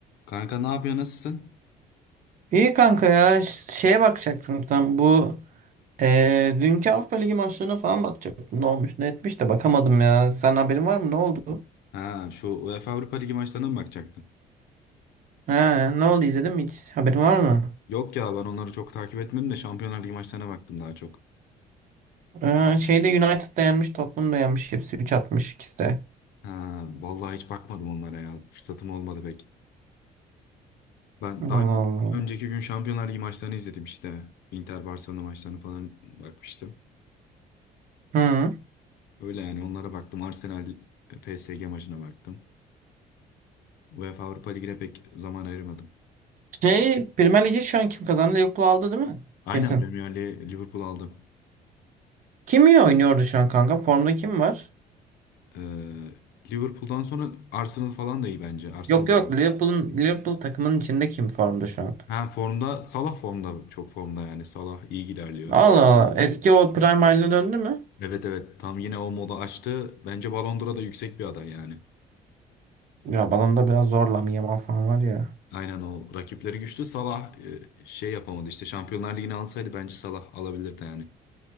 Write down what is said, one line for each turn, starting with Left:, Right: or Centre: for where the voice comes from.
Left: Kanka ne yapıyor nasılsın?
Right: İyi kanka ya Ş- şeye bakacaktım tam bu eee, dünkü Avrupa Ligi maçlarına falan bakacaktım ne olmuş ne etmiş de bakamadım ya sen haberin var mı ne oldu?
Left: Ha şu UEFA Avrupa Ligi maçlarına mı bakacaktın?
Right: Ha, ne oldu izledin mi hiç haberin var mı?
Left: Yok ya ben onları çok takip etmedim de Şampiyonlar Ligi maçlarına baktım daha çok.
Right: Ee, şeyde United da yenmiş Tottenham da yenmiş hepsi 3 atmış ikisi de.
Left: Ha vallahi hiç bakmadım onlara ya. Fırsatım olmadı pek. Ben
Right: Allah
Left: daha
Right: Allah.
Left: önceki gün Şampiyonlar Ligi maçlarını izledim işte. Inter Barcelona maçlarını falan bakmıştım.
Right: Hı.
Left: Öyle yani onlara baktım. Arsenal PSG maçına baktım. UEFA Avrupa Ligi'ne pek zaman ayırmadım.
Right: Şey Premier Ligi şu an kim kazandı Liverpool aldı değil mi?
Left: Aynen
Right: Kesin.
Left: Premier Lig'e Liverpool aldım.
Right: Kim iyi oynuyordu şu an kanka formda kim var?
Left: Ee, Liverpool'dan sonra Arsenal falan da iyi bence. Arsenal
Right: Yok yok
Left: da iyi.
Right: Liverpool'un Liverpool takımının içinde kim formda şu an?
Left: Ha formda Salah formda çok formda yani Salah iyi ilerliyor.
Right: Allah Allah eski o Prime haline döndü mü?
Left: Evet evet tam yine o moda açtı. Bence Ballon d'Or'a da yüksek bir aday yani.
Right: Ya balonda biraz zor Lamine Yamal falan var ya.
Left: Aynen o rakipleri güçlü. Salah e, şey yapamadı işte Şampiyonlar Ligi'ni alsaydı bence Salah alabilirdi yani.